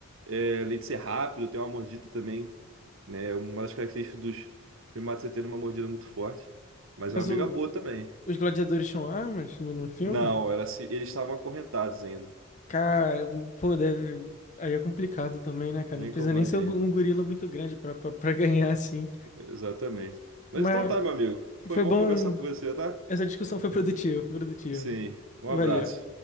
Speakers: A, on the right; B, on the left.
A: É, além de ser rápido, tem uma mordida também, né? Uma das características dos primatas é ter uma mordida muito forte. Mas
B: Mas
A: é uma briga
B: o-
A: boa também.
B: os gladiadores tinham armas no, no filme?
A: Não, era se eles estavam acorrentados ainda.
B: Cara, pô, deve, aí é complicado também, né, cara?
A: Bem
B: Não precisa
A: covardia.
B: nem ser um gu- um gorila muito grande pra, pra, pra <laughs> ganhar, assim.
A: Exatamente. Mas
B: Mas
A: então tá, meu amigo. Foi
B: foi
A: bom
B: bom.
A: conversar com você, tá?
B: Essa discussão foi produtiva, foi produtiva.
A: Sim. Um
B: Valeu.
A: abraço.